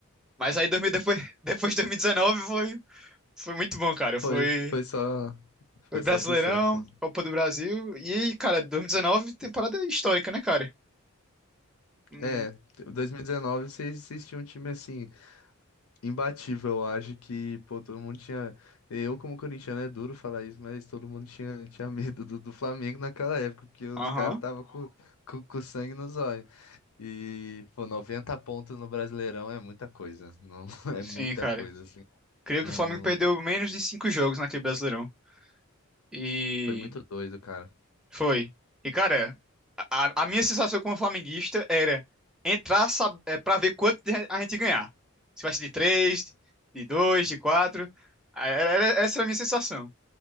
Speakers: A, in the centre; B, on the left (about 80°).
A: Mas aí 2000 depois, <laughs> depois de 2019 foi, foi muito bom, cara. Foi,
B: foi, foi só,
A: foi
B: foi
A: Brasileirão,
B: só sucesso.
A: Copa do Brasil. E, cara, 2019, temporada histórica, né, cara? Hum,
B: É, 2019 vocês vocês tinham um time assim, imbatível, eu acho que, pô, todo mundo tinha. Eu, como corintiano, é duro falar isso, mas todo mundo tinha, tinha medo do, do Flamengo naquela época, porque os
A: Aham,
B: caras tava com, com, com sangue nos olhos. E, pô, 90 pontos no Brasileirão é muita coisa. Não, <laughs> é
A: Sim,
B: muita
A: cara.
B: coisa. assim.
A: Creio
B: Não,
A: que o Flamengo
B: não,
A: perdeu menos de cinco jogos naquele Brasileirão. E
B: foi muito doido, cara.
A: Foi. E, cara, a, a minha sensação como flamenguista era entrar sab- é, pra ver quanto de- a gente ganhar. Se vai ser de três, de dois, de quatro. Ah, Era, era- essa era a minha sensação.